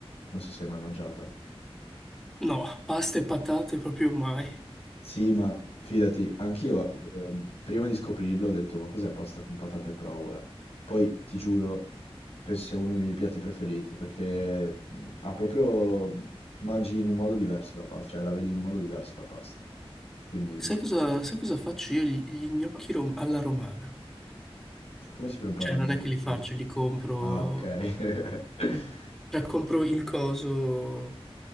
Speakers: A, on the left (about 75°); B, in the centre.
A: Non so se hai mai mangiata.
B: No, pasta e patate proprio mai.
A: Sì, ma fidati, anch'io ehm, prima di scoprirlo ho detto, ma cos'è pasta con patate e provola? Poi, ti giuro, penso sia uno dei miei piatti preferiti, perché mh, ha proprio... mangi in un modo diverso la pasta, cioè la vedi in modo diverso la pasta. Quindi,
B: Sai cosa, sai cosa faccio io? Gli, gli gnocchi rom- alla romana.
A: come si preparano
B: Cioè non
A: i
B: è
A: gnocchi?
B: che li faccio, li compro...
A: Ah, ok. <laughs>
B: Cioè compro il coso